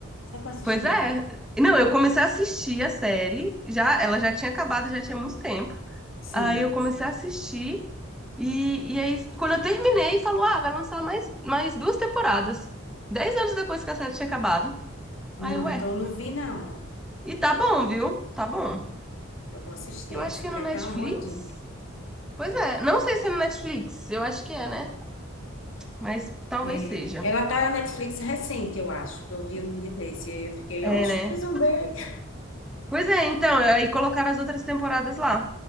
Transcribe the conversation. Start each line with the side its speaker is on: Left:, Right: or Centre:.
Left: Será que eu assisti?
Centre: Pois é. Não, eu comecei a assistir a série, já, ela já tinha acabado, já tinha muito tempo.
Left: Sim.
Centre: Aí eu comecei a assistir, e, e aí, quando eu terminei, falou: ah, vai lançar mais, mais duas temporadas. Dez anos depois que a série tinha acabado.
Left: Não,
Centre: Aí, ué.
Left: então eu não vi, não.
Centre: E tá bom, viu? Tá bom.
Left: Então eu vou assistir
Centre: Eu
Left: essa.
Centre: acho que é
Left: Foi
Centre: no Netflix.
Left: até uma boa dica.
Centre: Pois é, não sei se é no Netflix, eu acho que é, né? Mas talvez
Left: É,
Centre: seja.
Left: ela tá na Netflix recente, eu acho, que eu vi um dia desse. E eu fiquei,
Centre: É,
Left: oxe,
Centre: né?
Left: Prison Break.
Centre: Pois é, então, aí colocaram as outras temporadas lá.